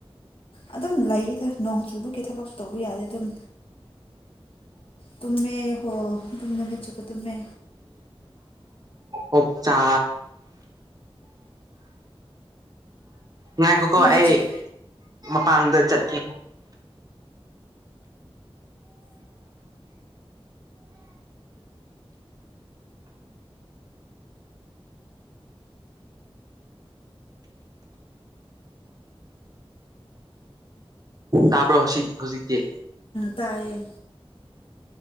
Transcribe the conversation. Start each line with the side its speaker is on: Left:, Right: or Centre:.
Left: ꯑꯗꯨꯝ ꯂꯩꯗ ꯅꯣꯡ ꯆꯨꯕꯒꯤ ꯊꯕꯛ ꯇꯧꯕ ꯌꯥꯗꯦ ꯑꯗꯨꯝ ꯇꯨꯃꯦ ꯍꯣ ꯑꯗꯨꯝ ꯅꯨꯃꯤꯠ ꯆꯕ ꯇꯨꯝꯃꯦ
Right: ꯑꯣꯞꯆꯥꯆꯥ ꯉꯈꯣ
Left: ꯄꯤꯕ
Right: ꯀꯣ ꯑꯩ
Left: ꯆꯠ
Right: ꯃꯄꯥꯡꯗ ꯆꯠꯀꯦ ꯇꯕ ꯍꯁꯤꯛ ꯍꯁꯤꯛꯗꯤꯦ
Left: ꯇꯥꯏꯌꯦ